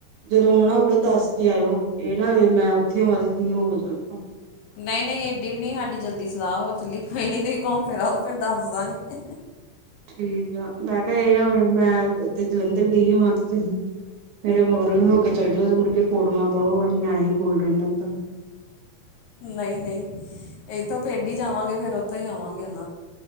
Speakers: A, on the right (about 75°); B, on the left (about 75°).
A: ਜਦੋਂ ਆਉਣਾ ਹੋਵੇ ਦੱਸ ਕੇ ਆਯੋ, ਏ ਨਾ ਹੋਵੇ ਮੈਂ ਉੱਥੇ ਹੋਵਾ ਤੇ ਤੁਸੀਂ ਹੋ ਕੇ ਚੱਲ ਜੋਂ।
B: ਨਹੀਂ-ਨਹੀਂ ਏਡੀ ਵੀ ਨਈ ਹਾਡੀ ਜਲਦੀ ਸਲਾਹ ਹੋ ਚੱਲੀ, ਕੋਈ ਨੀ ਤੁਸੀਂ ਘੁੰਮ ਫਿਰ ਆਓ ਦੇਰ ਦੱਸ ਦਾਂਗੇ।
A: ਠੀਕ ਆ, ਮੈਂ ਕਿਯਾਂ ਏ ਨਾ ਹੋਵੇ ਮੈਂ ਉੱਥੇ ਜਲੰਧਰ ਗਈ ਹੋਵਾਂ, ਤੇ ਤੁਸੀਂ ਮੇਰੇ ਮਗਰੋਂ ਹੀ ਹੋ ਕੇ ਚੱਲ ਜਾਓ ਮੁੜਕੇ ਫੋਟੋਵਾਂ ਪਾਓ ਅਸੀਂ ਆਏ ਗੋਲਡਨ ਟੈਂਪਲ।
B: ਨਈ -ਨਈ ਏਥੋਂ ਪਿੰਡ ਹੀ ਜਾਵਾਂਗੇ, ਫੇਰ ਉੱਥੋਂ ਹੀ ਆਵਾਂਗੇ <unintelligible>